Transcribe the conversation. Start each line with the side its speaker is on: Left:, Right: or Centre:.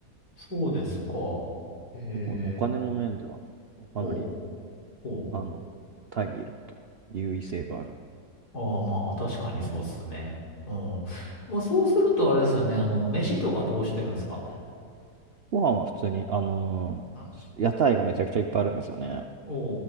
Left: そうですか。ええ、
Right: 結構お金の面では、かなり、
Left: おう、おう。
Right: あの、タイにいることは優位性がある。
Left: ああ、まあ、確かにそうっすね。
Right: うん。
Left: うん。まあ、そうするとあれですよね。あの、飯とかどうしてるんですか
Right: ご飯は普通に、あのー屋台がめちゃくちゃいっぱいあるんですよね。
Left: うん。お